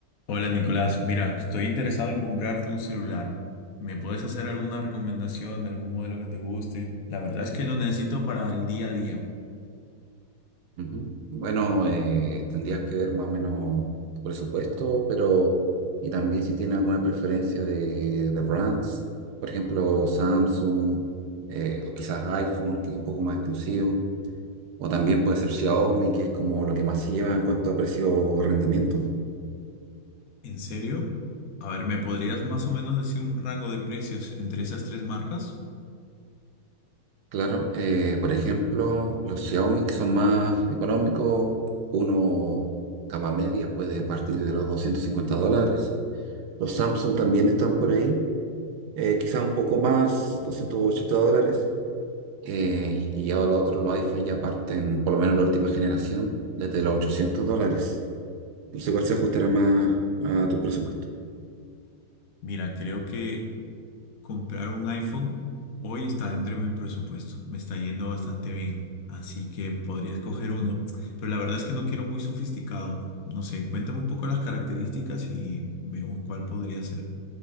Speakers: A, on the left (about 60°); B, on the right (about 70°).
A: Hola Nicolás, mira, estoy interesado en comprarte un celular. ¿Me puedes hacer alguna recomendación de algún modelo que te guste? La verdad es que lo necesito para el día a día.
B: Ujú. Bueno, eh, tendrías que ver más o menos tu presupuesto, pero y también si tiene alguna preferencia de, de brands, por ejemplo, Samsung eh, o quizás iPhone, que es un poco más exclusivo. O también puede ser Xiaomi, que es como lo que más se lleva en cuanto a precio-rendimiento.
A: ¿En serio? A ver, ¿me podrías más o menos decir un rango de precios entre esas tres marcas?
B: Claro, eh, por ejemplo, los Xiaomi que son más económicos. Uno gama media puede partir de los 250 dólares. Los Samsung también están por ahí, eh, quizá un poco más, 280 dólares. Eh, y ya lo otro, los iPhone ya parten, por lo menos la última generación, desde los 800 dólares. No sé cuál se ajustará más a tu presupuesto.
A: Mira, creo que comprar un iPhone hoy está dentro de mi presupuesto. Me está yendo bastante bien. Así que podría escoger uno. Pero la verdad es que no quiero muy sofisticado. No sé, cuéntame un poco las características y vemos cuál podría ser.